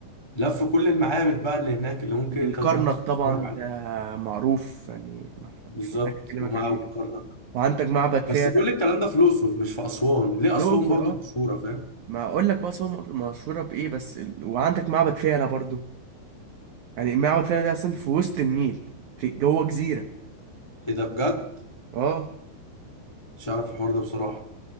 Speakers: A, on the left; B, on the right.
A: لف كل المعابد بقى اللي هناك اللي ممكن
B: والكرنك
A: انت تروح تتفرج
B: طبعا
A: عليها
B: ده معروف يعني مح-
A: بالظبط
B: مش محتاج أكلمك
A: ومعه
B: عليه
A: كرنك
B: وعندك معبد فيلة
A: بس كل الكلام ده في الاقصر مش في اسوان ليه
B: في الأقصر
A: اسوان برضه
B: أه
A: مشهوره فاهم
B: ما أقول لك بقى أصلا م- مشهورة بإيه بس ال- وعندك معبد فيلة برضه يعني معبد فيلة ده أصلا في وسط النيل في جوه جزيرة
A: ايه ده بجد
B: أه
A: مش عارف الحوار ده بصراحة